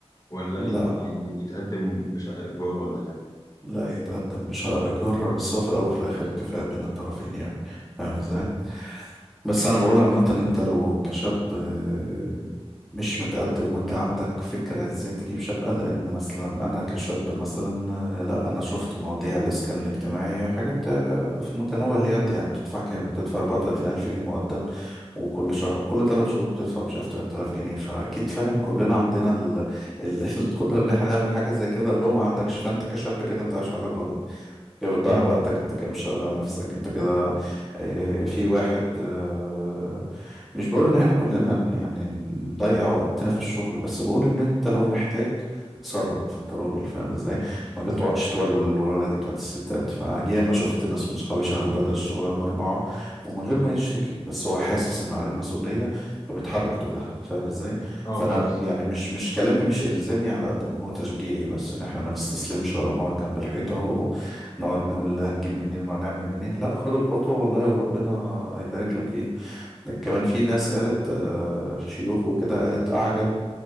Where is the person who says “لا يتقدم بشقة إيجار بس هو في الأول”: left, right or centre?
Centre